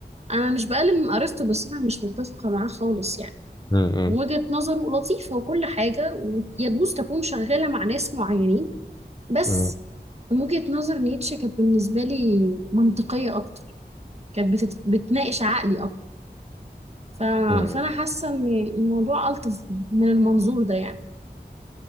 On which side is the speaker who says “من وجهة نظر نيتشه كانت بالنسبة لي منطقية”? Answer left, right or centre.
Right